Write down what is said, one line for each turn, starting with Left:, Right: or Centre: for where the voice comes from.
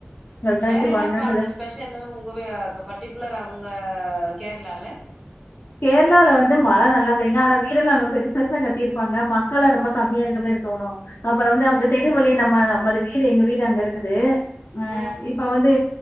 Left: ரெண்டாயிரத்தி
Centre: வேற என்னப்பாங்க
Left: பன்னெண்டுல
Centre: ஸ்பெஷல்லு உங்க பட்ரடிகுலரா உங்க கேரளால
Left: கேரளாலல வந்து மழை நல்லா பெய்யுங்க ஆனா வீட எல்லாம் நல்லா பெருச பெருசா கட்டியிருப்பாங்க மக்கல்லாம் ரொம்ப கம்மியா இருக்க மாதிரி தோணும் அப்புறோ வந்து அவுங்க
Centre: அ
Left: தெரு வழியா நம் ம்மா நம்மோட வீடு எங்க வீடு அங்க இருக்குது ஆஹ்
Centre: அ
Left: இப்ப வந்து